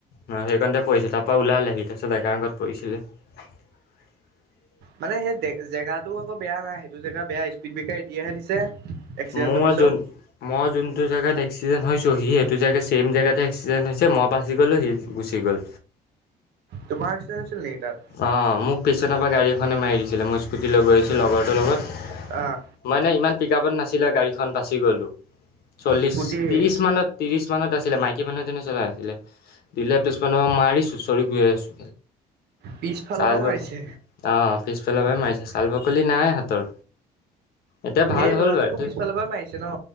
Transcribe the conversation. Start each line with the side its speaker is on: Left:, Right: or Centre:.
Left: নহ সেই কণতে পঢ়ছিল তাৰ পা ওলালে তাৰছত ডেকাৰ আগত পঢ়িছিলে। <inaudible>
Right: মানে সেই জেগা আকৌ বেয়া নাই সেইটো জেগা বেয়া স্পীড ব্ৰেকাৰ এতিয়াহে দিছে। এক্সিডেণ্টটোৰ
Left: মই
Right: পিছত
Left: যোন মই যোনটো জেগাত এক্সিডেণ্ট হৈছোঁ সি সেইটো জেগাত চেম জেগাতে এক্সিডেণ্ট হৈছে মই বাছি গ'লো সি গুচি গ'ল।
Right: তোমাৰ এক্সিডেণ্টত হৈছিল নেকি তাত।
Left: অ', মোক পিচনৰ পৰা গাড়ী এখনে মাৰি দিছিলে মই স্কুটি লৈ গৈ আহিছোঁ লগৰটোৰ লগত
Right: অহ।
Left: মইনে ইমান পিক আপত নাছিলে গাড়ীখন বাচি গ'লোঁ চল্লিছ
Right: স্কুটি
Left: ত্ৰিছ মানত ত্ৰিছ মানত আছিলে মাইকী মানুহজনে চলাই আছিলে দিলে পিছ মমানৰ পৰা মাৰি চুচৰি গৈ আছো
Right: পিছফালৰ
Left: চাল
Right: পৰা মাৰিছে
Left: ব আহ পিছফালৰ পৰা মাৰিছে চাল বাকলি নাই হাতৰ। এতিয়া
Right: এ
Left: ভাল হ'ল
Right: লৰাটোকো
Left: বাৰু
Right: পিছফালৰ পৰা মাৰিছে ন।